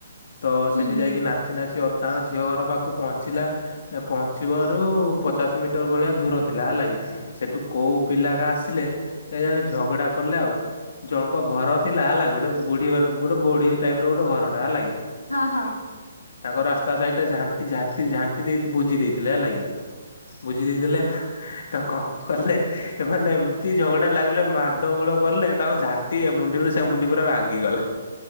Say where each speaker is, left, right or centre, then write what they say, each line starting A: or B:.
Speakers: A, on the left (about 55°); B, on the left (about 85°).
A: ତ
B: ହୁଁ
A: ସେଠି
B: ହୁଁ।
A: ଯାଇକି ନା ନାଚି ନାଚ ତାଙ୍କ ଝିଅ ଘର ପାଖକୁ ପହଞ୍ଚିଲା। ଏ ପହଞ୍ଚିବାରୁ ପଚାଶ ମିଟର ଭଳିଆ ଦୂର ଥିଲା, ହେଲା କିି, ସେଠୁ କୋଉ ପିଲାଗା ଆସିଲେ କେଜାଣି, ଝଗଡା କଲେ ଆଉ, ଜଣଙ୍କ ଘର ଥିଲା, ହେଲା, ଗୋଟେ ବୁଢୀ ମାନ ଗୋଟେ ବୁଢୀ ଟାଇପର ଗୋଟେ ଘର ଟା ହେଲା କି,
B: ହଁ ହଁ
A: ତାଙ୍କ ରାସ୍ତା ସାଇଡ ଟା ଝାଟିଝାଟି ଝାଣ୍ଟି ଦେଇ ବୋଜି ଦେଇଥିଲେ, ହେଲା କିି ବୁଝି ଦେଇଥିଲେ, ତ କଣ କଲେ ଏମାନେ ଏମିତି ଝଗଡା ଲାଗିଲେ, ମାଡ଼ ଗୋଳ କଲେ, ତାଙ୍କ ଝାଣ୍ଟି ଏମୁଣ୍ଡିରୁ ସେ ମୁୁଣ୍ଡି ପୁରା ଭାଙ୍ଗିଗଲା।